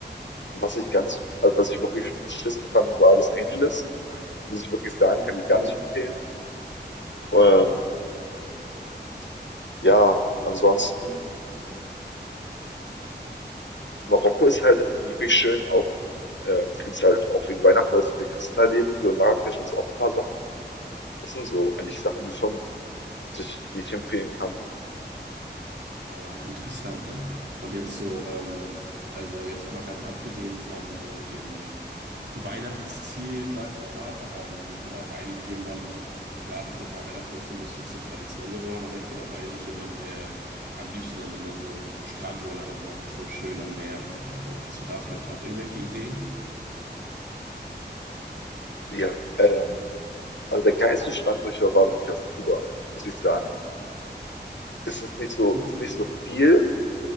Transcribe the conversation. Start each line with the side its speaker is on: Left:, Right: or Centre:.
Left: Was ich ganz also, was ich wirklich beschissen fand, war Los Angeles. Muss ich wirklich sagen, kann ich gar
Right: Oh,
Left: nicht empfehlen.
Right: okay.
Left: Ähm, ja, ansonsten, Marokko ist halt wirklich schön auch ähm, gibt's halt auch wegen Weihnachten, weil es viele Christen da leben. So in Marrakesch gibt's auch ein paar Sachen. Das sind so eigentlich Sachen, die schon sich die ich empfehlen kann.
Right: Ah, interessant, ja. Und jetzt so, ähm, also jetzt mal ganz abgesehen von so den Weihnachtsziel, sag ich mal. Ähm, ich bin auch eigentlich jemand, klar, das mit Weihnachten ist so ein bisschen zur Tradition geworden, aber ich bin auch eigentlich jemand, der am liebsten dann immer so Strandurlaub macht, so schön am Meer. Wo hast du da vielleicht auch irgendwelche Ideen?
Left: Ja, ähm, also, der geilste Strand, wo ich war, war wirklich auf Kuba, muss ich sagen. Es ist nicht so
Right: Kuba.
Left: ist nicht so viel,